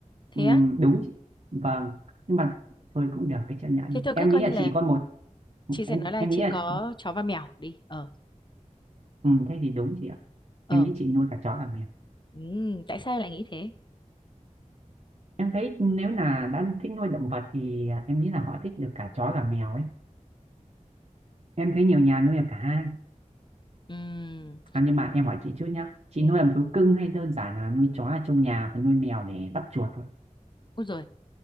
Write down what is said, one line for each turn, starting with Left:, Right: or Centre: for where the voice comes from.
Left: Thế
Right: Ừm,
Left: á?
Right: đúng chị vâng nhưng mà thôi cũng được cái chấp nhận
Left: Thế tôi
Right: em
Left: cứ coi
Right: nghĩ là
Left: như là
Right: chị có một
Left: chị sẽ
Right: em
Left: nói là
Right: em
Left: chị
Right: nghĩ là
Left: có chó và mèo đi. Ờ.
Right: ừm, thế thì đúng chị ạ
Left: Ờ.
Right: em nghĩ chị nuôi cả chó cả mèo
Left: Ừm, tại sao lại nghĩ thế?
Right: em thấy nếu là đã thích nuôi động vật thì à, em nghĩ là họ thích được cả chó cả mèo ấy em thấy nhiều nhà nuôi được cả hai
Left: Ừm.
Right: à, nhưng mà em hỏi chị trước nhá chị
Left: Ừm,
Right: nuôi làm thú cưng hay đơn giản là nuôi chó ở trong nhà và nuôi mèo để bắt chuột thôi
Left: ôi rồi.